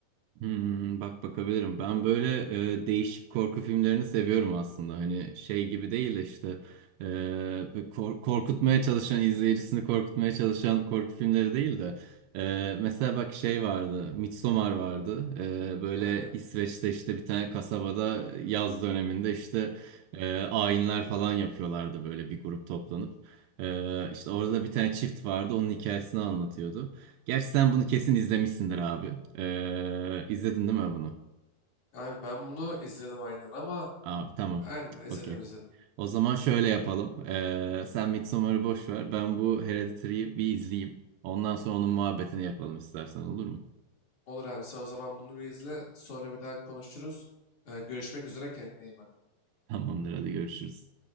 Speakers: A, on the right (about 80°); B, on the left (about 60°).
A: Hmm, bak bakabilirim. Ben böyle e, değişik korku filmlerini seviyorum aslında. Hani şey gibi değil de işte e, bir kor- korkutmaya çalışan izleyicisini korkutmaya çalışan korku filmleri değil de e, mesela bak şey vardı. Midsommar vardı. E, böyle
B: Aynen.
A: İsveç'te işte bir tane kasabada yaz döneminde işte e, ayinler falan yapıyorlardı böyle bir grup toplanıp. E, işte orada da bir tane çift vardı. Onun hikayesini anlatıyordu. Gerçi sen bunu kesin izlemişsindir abi. Ee, izledin değil mi bunu?
B: Abi ben bunu izledim aynen ama
A: Abi tamam.
B: aynen izledim
A: Okey.
B: izledim.
A: O zaman şöyle yapalım. Ee, sen Midsommar'ı boş ver. Ben bu Hereditary'yi bir izleyeyim. Ondan sonra onun muhabbetini yapalım istersen olur mu?
B: Olur abi sen o zaman bunu bir izle. Sonra bir daha konuşuruz. Ee, görüşmek üzere kendine iyi bak.
A: <laughs> Tamamdır hadi görüşürüz.